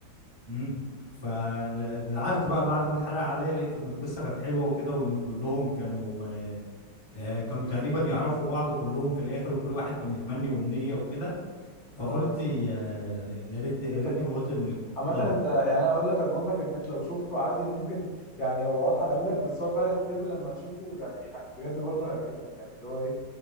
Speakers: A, on the left; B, on the left.
A: امم فزعلت بقى بعد ما اتحرق عليا لقيت ان القصه كانت حلوه وكده وان كلهم كانوا آه، كانوا تقريبا يعرفوا بعض كلهم في الاخر وكل واحد كان متمني امنيه وكده فقلت
B: اه
A: يا يا ريتني
B: يا
A: يا
B: ريتك
A: ريتني
B: شفت
A: ما قلت ان
B: عامة
A: اه
B: انت يعني انا اقول لك اضمن لك انك لو شفته عادي ممكن يعني هو احرقهولك بس هو فعلا الفيلم لما تشوفه يعني بجد برضه هيعجبك يعني اللي هو ايه